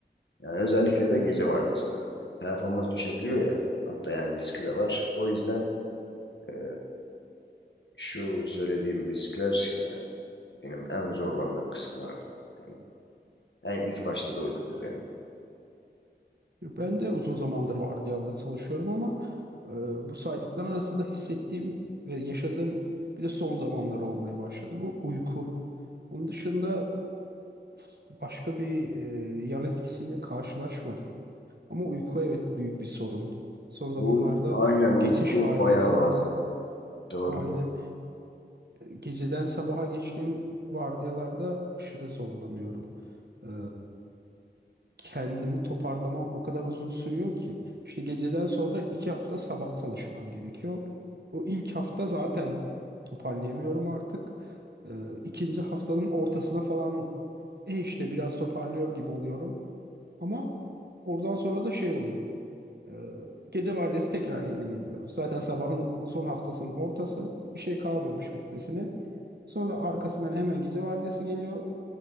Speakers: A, on the left; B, on the right.
A: Yani özellikle de gece vardiyasında. Performans düşebiliyor ya. Hatta yani riski de var. O yüzden e, şu söylediğim riskler yani benim en zorlandığım kısımlardı. Yani en ilk başta da uyku düzeniydi.
B: Ben de uzun zamandır vardiyalıda çalışıyorum ama e, bu saydıkların arasında hissettiğim ve yaşadığım bir de son zamanlar olmaya başladı. Bu uyku. Onun dışında f- başka bir e, yan etkisiyle karşılaşmadım. Ama uyku evet büyük bir sorun. Son zamanlarda
A: Bu, aynen
B: o
A: uyku
B: geçiş vardiyasında
A: bayağı lazım. Doğru.
B: aynen e, geceden sabaha geçtiğim vardiyalarda aşırı zorlanıyorum. Ee, kendimi toparlamam o kadar uzun sürüyor ki. İşte geceden sonra iki hafta sabah çalışmam gerekiyor. O ilk hafta zaten toparlayamıyorum artık. Ee, ikinci haftanın ortasına falan e işte biraz toparlıyor gibi oluyorum. Ama oradan sonra da şey oluyor. Ee, gece vardiyası tekrar geri geliyor. Zaten sabahın son haftasının ortası. Bir şey kalmamış bitmesine. Sonra arkasından hemen gece vardiyası geliyor.